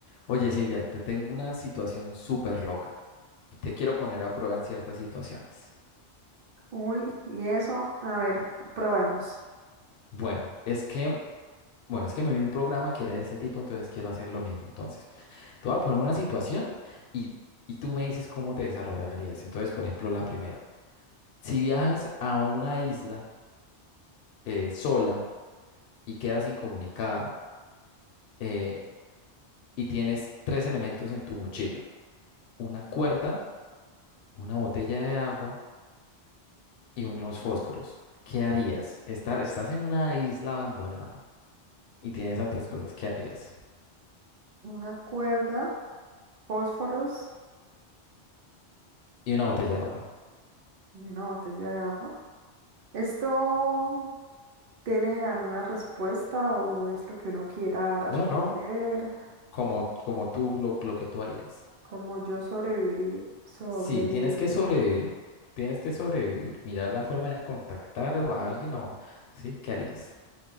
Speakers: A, on the left; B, on the right.
A: Oye, Silvia, te tengo una situación súper loca. Te quiero poner a prueba en ciertas situaciones.
B: Uy, y eso, a ver, probemos.
A: Bueno, es que, bueno, es que me vi un programa que era de ese tipo, entonces quiero hacer lo mismo. Entonces, te voy a poner una situación y, y tú me dices cómo te desarrollarías. Entonces, por ejemplo, la primera. Si viajas a una isla eh, sola y quedas incomunicada eh, y tienes tres elementos en tu mochila, una cuerda, una botella de agua y unos fósforos. ¿Qué harías? Está- estás en una isla abandonada y tienes esas tres cosas. ¿Qué harías?
B: Una cuerda, fósforos
A: Y una botella de agua.
B: y una botella de agua. ¿Esto tiene alguna respuesta o es lo que uno quiera responder?
A: No, no, como, como tú, lo, lo que tú harías.
B: ¿Cómo yo sobreviviría? Sobreviviría.
A: Sí, tienes que sobrevivir. Tienes que sobrevivir. Mirar la forma de contactar a alguien o... ¿Sí? ¿Qué harías?